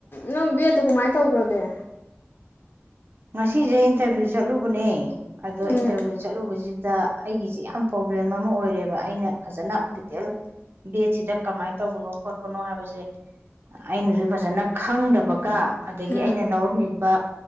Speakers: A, on the left (about 50°); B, on the right (about 50°).
A: ꯅꯪ ꯕꯦꯠꯇꯨ ꯀꯃꯥꯏꯅ ꯇꯧꯈ꯭ꯔꯥꯒꯦ
B: ꯉꯥꯁꯤꯁꯦ ꯏꯟꯇꯔꯚꯤꯌꯨ ꯆꯠꯂꯨꯕꯅꯦ ꯑꯗꯣ
A: ꯎꯝ
B: ꯏꯟꯇꯔꯚꯤꯌꯨ ꯆꯠꯂꯨꯕꯁꯤꯗ ꯑꯩꯒꯤꯁꯤ ꯌꯥꯝ ꯄ꯭ꯔꯣꯕ꯭ꯂꯦꯝ ꯑꯃꯥ ꯑꯣꯏꯔꯦꯕ ꯑꯩꯅ ꯐꯖꯅ ꯗꯤꯇꯦꯜ ꯕꯦꯠꯁꯤꯗ ꯀꯃꯥꯏꯅ ꯇꯧꯕꯅꯣ ꯈꯣꯠꯄꯅꯣ ꯍꯥꯏꯕꯁꯦ ꯑꯩꯅꯁꯨ ꯐꯖꯅ ꯈꯪꯗꯕꯒ ꯑꯗꯒꯤ
A: ꯎꯝ
B: ꯑꯩꯅ ꯂꯧꯔꯝꯃꯤꯕ